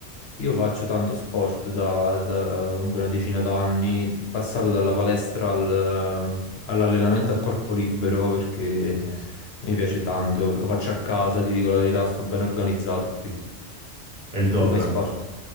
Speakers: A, on the left; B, on the right.
A: Io faccio tanto sport da, da comunque una decina d'anni, passato dalla palestra al- all'allenamento a corpo libero perché
B: Eh,
A: mi piace tanto, lo faccio a casa, ti dico la verità, sto ben organizzato qui.
B: È il top.
A: Tu fai sport?